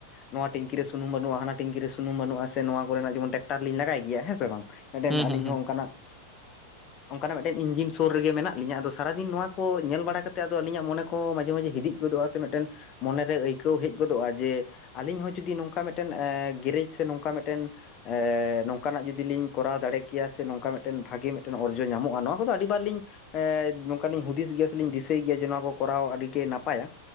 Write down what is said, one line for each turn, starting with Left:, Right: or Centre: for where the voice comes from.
Left: ᱱᱚᱣᱟ ᱴᱮᱝᱠᱤ ᱨᱮ ᱥᱩᱱᱩᱢ ᱵᱟᱹᱱᱩᱜᱼᱟ ᱦᱟᱱᱟ ᱴᱮᱝᱠᱤ ᱨᱮ ᱥᱩᱱᱩᱢ ᱵᱟᱹᱱᱩᱜᱼᱟ ᱥᱮ ᱱᱚᱣᱟ ᱠᱚᱨᱮᱱᱟᱜ ᱡᱮᱢᱚᱱ ᱴᱨᱟᱠᱴᱟᱨ ᱞᱤᱧ ᱞᱟᱜᱟᱭ ᱜᱮᱭᱟ ᱦᱮᱸ ᱥᱮ ᱵᱟᱝ, ᱢᱤᱫᱴᱮᱱ
Centre: ᱦᱩᱸ
Left: ᱟᱹᱞᱤᱧ
Centre: ᱦᱩᱸ ᱦᱩᱸ
Left: ᱦᱚᱸ ᱚᱱᱠᱟᱱᱟᱜ ᱚᱱᱠᱟᱱᱟᱜ ᱢᱤᱫᱴᱮᱱ ᱤᱧᱡᱤᱱ ᱥᱩᱨ ᱨᱮᱜᱮ ᱢᱮᱱᱟᱜ ᱞᱤᱧᱟᱹ ᱟᱫᱚ ᱥᱟᱨᱟᱫᱤᱱ ᱱᱚᱣᱟ ᱠᱚ ᱧᱮᱞ ᱵᱟᱲᱟ ᱠᱟᱛᱮ ᱟᱫᱚ ᱟᱹᱞᱤᱧᱟᱜ ᱢᱚᱱᱮ ᱠᱚ ᱢᱟᱡᱷᱮ ᱢᱟᱡᱷᱮ ᱦᱤᱫᱤᱡᱽ ᱜᱚᱫᱚᱜᱼᱟ, ᱥᱮ ᱢᱤᱫᱴᱮᱱ ᱢᱚᱱᱮᱨᱮ ᱟᱹᱭᱠᱟᱹᱣ ᱦᱮᱡ ᱜᱚᱫᱚᱜᱼᱟ ᱡᱮ ᱟᱞᱤᱧ ᱦᱚᱸ ᱡᱩᱫᱤ ᱱᱚᱝᱠᱟ ᱢᱤᱫᱴᱮᱱ ᱜᱮᱨᱮᱡᱽ ᱥᱮ ᱱᱚᱝᱠᱟ ᱢᱤᱫᱴᱮᱱ ᱮ ᱱᱚᱝᱠᱟᱱᱟᱜ ᱡᱩᱫᱤᱞᱤᱧ ᱠᱚᱨᱟᱣ ᱫᱟᱲᱮ ᱠᱮᱭᱟ ᱥᱮ ᱱᱚᱝᱠᱟ ᱢᱤᱫᱴᱮᱱ ᱵᱷᱟᱜᱤ ᱢᱤᱫᱴᱮᱱ ᱚᱨᱡᱚ ᱧᱟᱢᱚᱜᱼᱟ, ᱱᱚᱣᱟ ᱠᱚᱫᱚ ᱞᱤᱧ ᱮᱜ ᱱᱚᱝᱠᱟᱞᱤᱧ ᱦᱩᱫᱤᱥ ᱜᱮᱭᱟ ᱥᱮᱞᱤᱧ ᱫᱤᱥᱟᱹᱭ ᱜᱮᱭᱟ ᱡᱮ ᱱᱚᱣᱟ ᱠᱚ ᱠᱚᱨᱟᱣ ᱟᱹᱰᱤᱜᱮ ᱱᱟᱯᱟᱭᱟ᱾